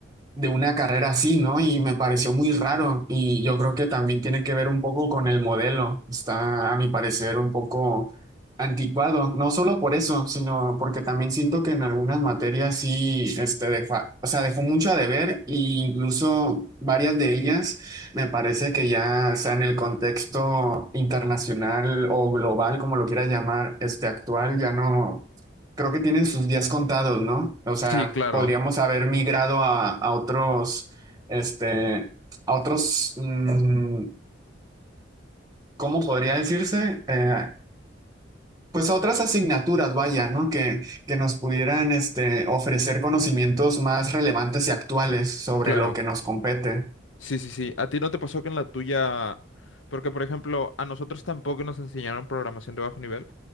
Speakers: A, on the right; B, on the left.
A: de una carrera así, ¿no? Y me pareció muy raro y yo creo que también tiene que ver un poco con el modelo. Está, a mi parecer, un poco anticuado, no solo por eso, sino porque también siento que en algunas materias sí, este, dejó, o sea, dejó mucho a deber e incluso varias de ellas me parece que ya, o sea, en el contexto internacional o global, como lo quieras llamar, este actual, ya no. Creo que tienen sus días contados, ¿no? O sea,
B: Sí, claro.
A: podríamos haber migrado a, a otros, este, a otros, mm, ¿cómo podría decirse? Eh, pues a otras asignaturas, vaya, ¿no? Que, que nos pudieran, este, ofrecer conocimientos más relevantes y actuales sobre
B: Claro,
A: lo que nos compete.
B: sí, sí, sí. ¿A ti no te pasó que en la tuya, porque por ejemplo, a nosotros tampoco nos enseñaron programación de bajo nivel,